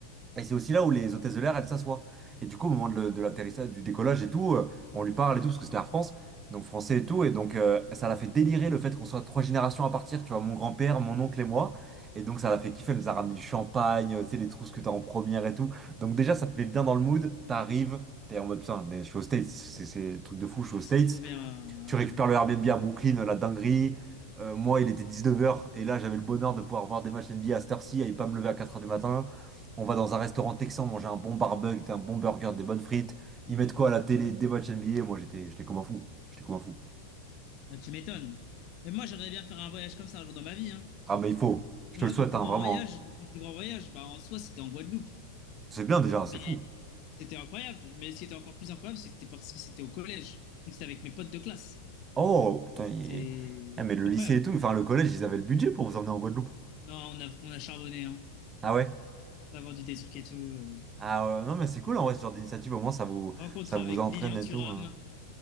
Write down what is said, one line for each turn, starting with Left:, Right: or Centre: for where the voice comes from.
Right: Et c'est aussi là où les hôtesses de l'air, elles s'assoient. Et du coup, au moment de, le- de l'atterrissage, du décollage et tout, euh, on lui parle et tout, parce que c'était Air France, donc français et tout. Et donc, euh, ça l'a fait délirer le fait qu'on soit trois générations à partir, tu vois, mon grand-père, mon oncle et moi. Et donc, ça l'a fait kiffer, elle nous a ramené du champagne, euh, tu sais, les trousses que t'as en première et tout. Donc, déjà, ça te met bien dans le mood, t'arrives, t'es en mode, putain, mais je suis aux States, c'est c'est- c'est le truc de fou, je suis aux
Left: C'est
Right: States.
Left: trop bien.
Right: Tu récupères
Left: ouais.
Right: le Airbnb à Brooklyn, la dinguerie. Euh, moi, il était 19h et là, j'avais le bonheur de pouvoir voir des matchs NBA à cette heure-ci et pas me lever à 4h du matin. On va dans un restaurant texan manger un bon barbecue, un bon burger, des bonnes frites. Ils mettent quoi à la télé? Des matchs NBA. Moi, j'étais, j'étais comme un fou. J'étais comme un fou.
Left: Ah, tu m'étonnes. Mais moi, j'aimerais bien faire un voyage comme ça un jour dans ma vie, hein.
Right: Ah, mais il faut.
Left: Parce
Right: Je
Left: que
Right: te
Left: moi,
Right: le souhaite,
Left: mon plus
Right: hein,
Left: grand
Right: vraiment.
Left: voyage, mon plus grand voyage, bah, en soi, c'était en Guadeloupe.
Right: C'est bien déjà,
Left: Mais
Right: c'est fou.
Left: c'était incroyable. Mais ce qui était encore plus incroyable, c'était parce que c'était au collège. Donc, c'était avec mes potes de classe.
Right: Oh, putain,
Left: C'était
Right: il- eh, mais le
Left: incroyable.
Right: lycée et tout, enfin le collège, ils avaient le budget pour vous emmener en Guadeloupe.
Left: Non, on a, on a charbonné. Hein.
Right: Ah ouais?
Left: On a vendu des trucs et tout. euh.
Right: Ah ouais, non, mais c'est cool en vrai, ce genre d'initiative. Au moins, ça vous,
Left: Rencontre
Right: ça vous
Left: avec
Right: entraîne
Left: Lilian
Right: et
Left: Thuram,
Right: tout. hein.